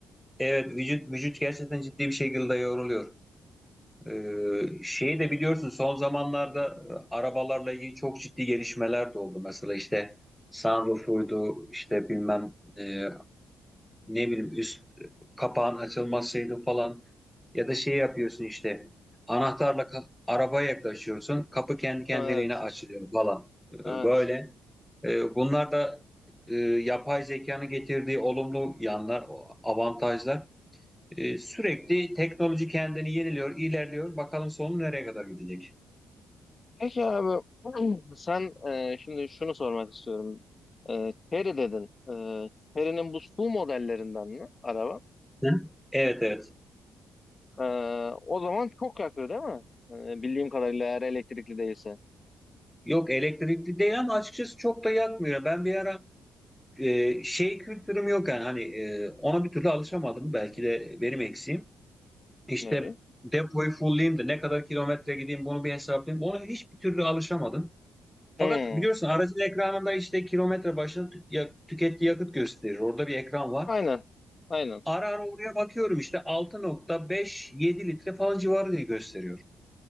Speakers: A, in the centre; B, on the left.
A: Evet, vücut vücut gerçekten ciddi bir şekilde yoruluyor. Ee, şeyi de biliyorsun son zamanlarda e, arabalarla ilgili çok ciddi gelişmeler de oldu. Mesela işte sunroofuydu işte bilmem e, ne bileyim üst kapağın açılmasıydı falan. Ya da şey yapıyorsun işte anahtarla ka- arabaya yaklaşıyorsun kapı kendi kendiliğine
B: Evet.
A: açılıyor falan. Ee,
B: Evet.
A: böyle. Ee, bunlar da e, yapay zekanın getirdiği olumlu yanlar, o- avantajlar. Ee, sürekli teknoloji kendini yeniliyor, ilerliyor. Bakalım sonu nereye kadar gidecek?
B: Peki abi <clears throat> sen e, şimdi şunu sormak istiyorum. E, Chery dedin. E, Chery'nin bu SUV modellerinden mi araba?
A: Hı? Evet evet.
B: E, o zaman çok yakıyor değil mi? E, bildiğim kadarıyla eğer elektrikli değilse.
A: Yok elektrikli değil ama açıkçası çok da yakmıyor. Ben bir ara e, şey kültürüm yok yani hani e, ona bir türlü alışamadım. Belki de benim eksiğim. İşte
B: Neyi?
A: depoyu fullleyeyim de ne kadar kilometre gideyim bunu bir hesaplayayım. Ona hiçbir türlü alışamadım. Fakat
B: Hmm,
A: biliyorsun aracın ekranında işte kilometre başına tü- ya- tükettiği yakıt gösterir. Orada bir ekran var.
B: aynen. Aynen.
A: Ara ara oraya bakıyorum işte altı nokta beş yedi litre falan civarı diye gösteriyor.